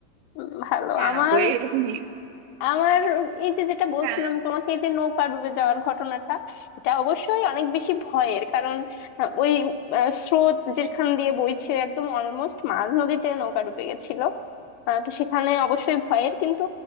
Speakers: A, on the left (about 80°); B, on the right (about 80°).
A: উম, ভালো
B: হ্যাঁ
A: আমার
B: আপু এইরকমই
A: আমার এই যে যেটা বলছিলাম
B: হ্যাঁ
A: তোমাকে এই যে নৌকা ডুবে যাওয়ার ঘটনাটা এটা অবশ্যই অনেক বেশি ভয়ের কারণ আহ, ওই আহ, স্রোত যেখান দিয়ে বইছে একদম অলমোস্ট মাঝ নদীতে নৌকা ডুবে গেছিল আহ, তো সেখানে অবশ্যই ভয়ের কিন্তু